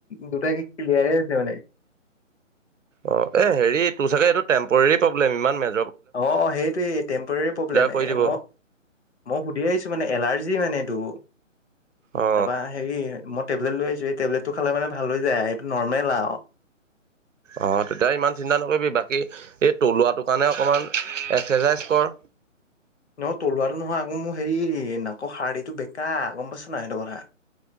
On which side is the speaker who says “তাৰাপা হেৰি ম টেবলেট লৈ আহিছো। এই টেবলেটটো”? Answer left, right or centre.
Left